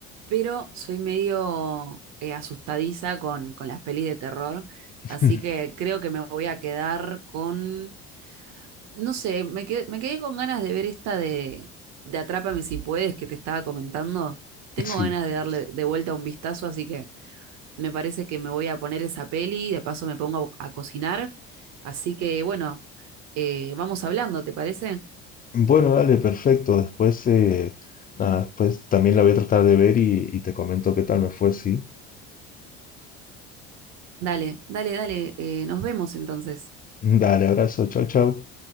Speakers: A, on the right (about 60°); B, on the left (about 30°).
A: pero soy medio eh, asustadiza con, con las pelis de terror,
B: <laughs>
A: así que creo que me voy a quedar con, no sé, me quedé, me quedé con ganas de ver esta de, de Atrápame si puedes que te estaba comentando. Tengo
B: Sí,
A: ganas de darle de vuelta un vistazo, así que Me parece que me voy a poner esa peli, de paso me pongo a, a cocinar. Así que bueno, eh, vamos hablando, ¿te parece?
B: Bueno, dale, perfecto. Después, eh, nada, después también la voy a tratar de ver y, y te comento qué tal me fue, sí.
A: Dale, dale, dale, eh, nos vemos entonces.
B: Dale, abrazo, chao, chao.